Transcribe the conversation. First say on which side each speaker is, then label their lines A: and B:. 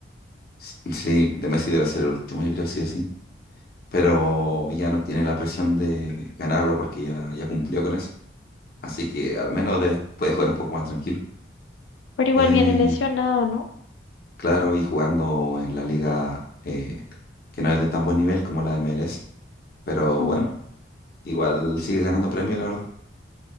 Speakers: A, on the left; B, on the left.
A: S- Sí, de Messi debe ser el último, yo creo sí o sí. Pero ya no tiene la presión de ganarlo porque ya, ya cumplió con eso. Así que al menos de- puede jugar un poco más tranquilo.
B: Pero igual
A: Eh,
B: viene lesionado, ¿no?
A: claro, y jugando en la liga eh, que no es de tan buen nivel como la MLS. Pero
B: Mm,
A: bueno. Igual sigue ganando premios la verdad.